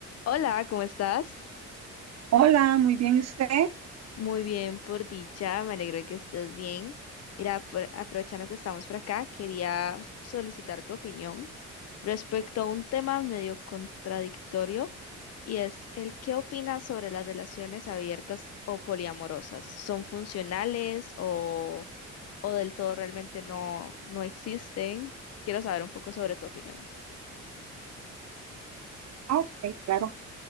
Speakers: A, on the left; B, on the right.
A: Hola, ¿cómo estás?
B: Hola, muy bien, ¿y usted?
A: Muy bien, por dicha, me alegro de que estés bien. Mira, por- aprovechando que estamos por acá, quería solicitar tu opinión respecto a un tema medio contradictorio y es el qué opinas sobre las relaciones abiertas o poliamorosas. ¿Son funcionales o, o del todo realmente no, no existen? Quiero saber un poco sobre tu opinión.
B: Ah, ok, claro.